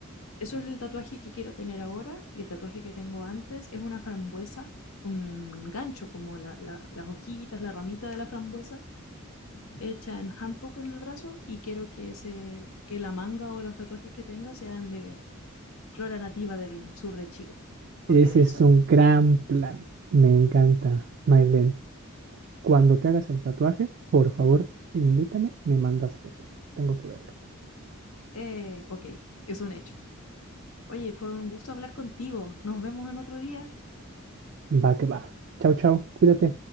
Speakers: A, on the left; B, on the right.
A: eso es el tatuaje que quiero tener ahora y el tatuaje que tengo antes es una frambuesa, un gancho como la- la- las hojitas, la ramita de la frambuesa hecha en handpoke en el brazo y quiero que, ese que la manga o los tatuajes que tenga sean de flora nativa del sur de Chile, porque
B: Ese
A: de ahí
B: es
A: soy.
B: un gran plan. Me encanta, Mailen. Cuando te hagas el tatuaje, por favor, invítame y me mandas fotos. Tengo que verlo.
A: Eh, ok, es un hecho. Oye, fue un gusto hablar contigo. Nos vemos en otro día.
B: Va que va. Chau, chau. Cuídate.